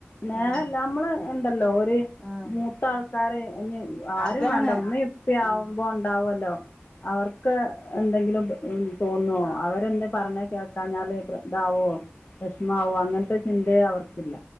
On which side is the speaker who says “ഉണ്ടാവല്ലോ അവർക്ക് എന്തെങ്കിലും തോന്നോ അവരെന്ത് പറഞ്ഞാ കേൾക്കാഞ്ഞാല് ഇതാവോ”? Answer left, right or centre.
Left